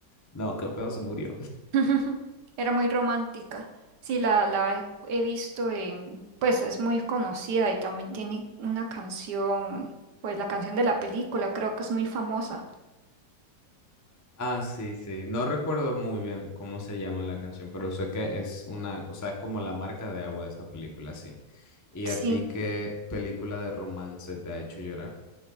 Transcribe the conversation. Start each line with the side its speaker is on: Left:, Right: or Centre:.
Left: no, qué feo se murió.
Right: <laughs> Era muy romántica. Sí, la, la he, he visto en, pues es muy conocida y también tiene una canción, pues la canción de la película, creo que es muy famosa.
Left: Ah, sí, sí. No recuerdo muy bien cómo se llama la canción, pero sé que es una, o sea, es como la marca de agua de esa película, sí. ¿Y
Right: Sí.
Left: a ti qué película de romance te ha hecho llorar?